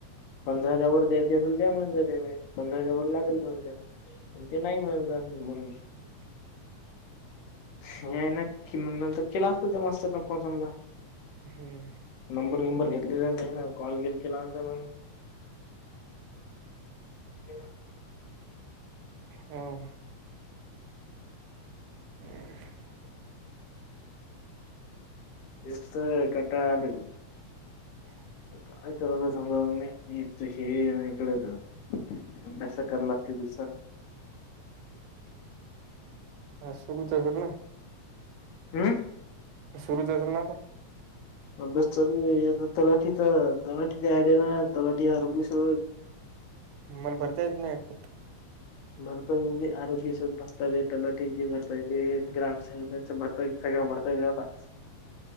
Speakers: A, on the left; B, on the right.
A: पंधरा हजारांच्या वर द्यायची असेल त्या म्हणे मी पंधरा हजार वर लागेल म्हणले. पण ते नाही म्हणले मग.
B: <inaudible>
A: हे आहे न कि म्हण नंतर केला असेल त्या मास्तरने फोन समजा
B: हम्म
A: नंबर बिंबर घेतले तर नाही ना कॉल बिल केला असे ना. <unintelligible>
B: हम्म, <unintelligible>
A: तेच तर कंटाळा आलाय,
B: <unintelligible>
A: काय करायच ते समजणं <unintelligible> आणि हिकडं जा, अभ्यास करा लागते, <unintelligible>
B: <unintelligible>
A: हम्म,
B: सुरूच असेल, ना आता,
A: अभ्यास चालूआहे, तलाठी तर तलाठीचा आयडिया ना, तलाठीअरोग्य स
B: मला भरता येत नाही, <unintelligible>
A: भरता येते, आरोग्य सेवक भरतय, तलाटी ज भरतायेते, ग्रामसेवकाच भरता येते, सगळ भरता येतात, <unintelligible>